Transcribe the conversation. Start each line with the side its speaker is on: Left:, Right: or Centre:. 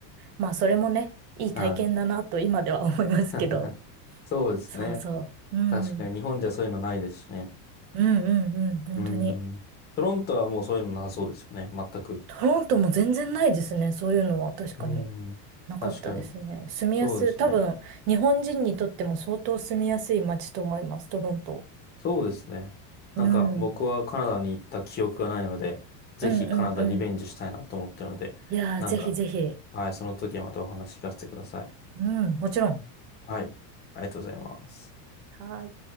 Right: まあそれもね、いい体験だなと今では思いますけど、
Left: はい。<laughs> そうですね。
Right: そうそう、うん、
Left: 確かに日本じゃそういうのないですしね。
Right: うんうんうん、本当に。
Left: うん。トロントはもうそういうのなさそうですよね。全く。
Right: トロントも全然ないですね。そういうのは確かに
Left: うん。
Right: なかったですね。
Left: 確かに。
Right: 住みやすい。
Left: そうですね。
Right: 多分、日本人にとっても相当住みやすい街と思います、トロント。
Left: そうですね。なんか僕はカナダに行った記憶がないので、
Right: うん。うん
Left: ぜひカナダリベンジしたいなと思ってるので、
Right: うんうん。いやー、
Left: なんか、
Right: ぜひぜひ。
Left: はい、その時はまたお話聞かせてください。
Right: うん、もちろん。
Left: はい、ありがとうございます。
Right: はーい。